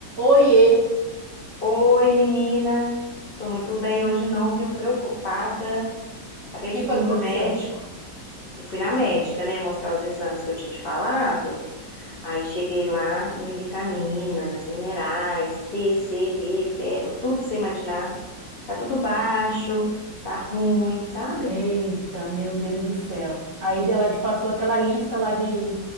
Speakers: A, on the right; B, on the left.
A: Oiê,
B: Oi, menina. Tô muito bem hoje não, viu? Preocupada. Acabei
A: o que
B: de
A: foi
B: vir
A: que
B: do
A: aconteceu?
B: médico. Eu fui na médica, né, mostrar os exames que eu tinha te falado. Aí cheguei lá, me vitaminas, minerais, D, C, B, ferro, tudo que você imaginar. Tá tudo baixo, tá ruim, sabe?
A: Eita, meu Deus do céu. Aí
B: E
A: ela te passou aquela lista lá de,